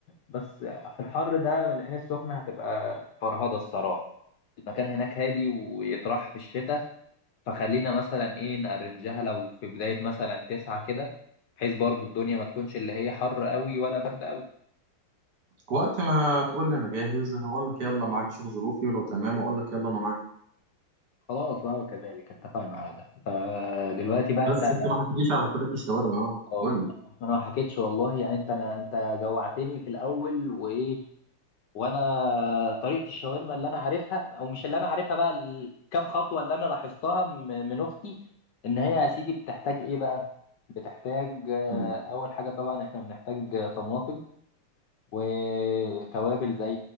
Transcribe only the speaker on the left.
بس في الحر ده العين السخنة هتبقى فرهضة الصراحة المكان هناك هادي ويطرح في الشتاء فخلينا مثلا ايه نأرنجها لو في بداية مثلا تسعة كده بحيث برضو الدنيا ما تكونش اللي هي حر قوي ولا برد قوي
خلاص بقى وكذلك اتفقنا على ده فدلوقتي بقى انت
أو-
انا ما حكيتش والله يعني انت انا انت جوعتني في الاول وايه وانا طريقة الشاورما اللي انا عارفها او مش اللي انا عارفها بقى الكام خطوة اللي انا لاحظتها م- من اختي ان هي يا سيدي بتحتاج ايه بقى بتحتاج آه،
اول حاجة طبعا احنا بنحتاج آه، طماطم وتوابل زي